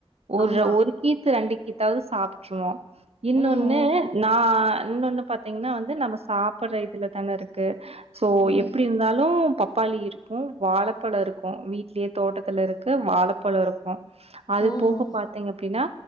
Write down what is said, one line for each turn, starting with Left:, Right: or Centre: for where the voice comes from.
Right: ஒரு
Left: ஆமா
Right: ஒரு கீத்து ரெண்டு கீ இத்தாவுது சாப்பிட்டுருவோம் இன்னொன்னு
Left: ம் ம்
Right: நா இன்னொன்னு பாத்தீங்கன்னா வந்து நம்ம சாப்படுற இதுல தானே இருக்கு சோ
Left: ம்
Right: எப்டி இருந்தாலும் பப்பாளி இருக்கும் வாழைப்பழ இருக்கும் வீட்லயே தோட்டத்தில் இருக்க வாழைப்பழம் இருக்கும் அது
Left: ம்
Right: போக
Left: ம்.
Right: பாரத்திங்க அப்டின்னா